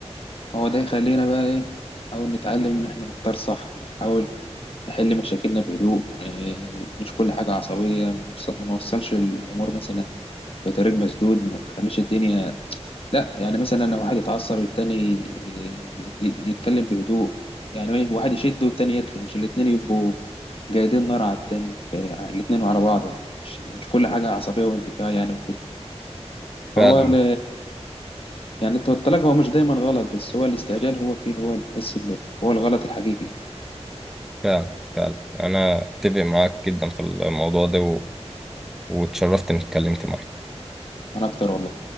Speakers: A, on the left; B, in the centre.
A: هو ده يخلينا بقى ايه نحاول نتعلم ان احنا نختار صح نحاول نحل مشاكلنا بهدوء إيه، مش كل حاجة عصبية ما نوصل- ما نوصلش الامور مثلا لطريق مسدود ما تخليش الدنيا لا يعني مثلا لو واحد اتعصب التاني إيه، ي- يتكلم بهدوء يعني ايه واحد يشد والتاني يرخي مش الاتنين يبقوا جايدين نار على التاني إيه، على الاتنين وعلى بعض يعني مش, مش كل حاجة عصبية وانتفاع يعني وكده فهو
B: فعلا
A: ال- يعني التلج هو مش دايما غلط بس هو الاستعجال هو فيه اللي هو اللي تحس اللي هو الغلط الحقيقي
B: فعلا فعلا انا اتفق معاك جدا في الموضوع ده و... واتشرفت اني اتكلمت معاك
A: انا اكتر والله